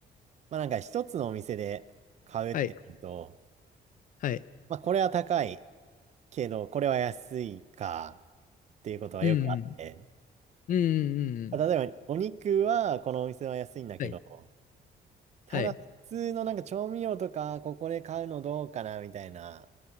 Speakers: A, on the right; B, on the left.
A: まあなんか一つのお店で買うってなると、
B: はい。はい。
A: まあこれは高いけど、これは安いかっていうことはよくあって、
B: うんうん。うんうんうんうん。
A: まあ例えばお肉はこのお店は安いんだけど、
B: はい。
A: ただ普通のなんか調味料とかここで買うのどうかなみたいな
B: はい。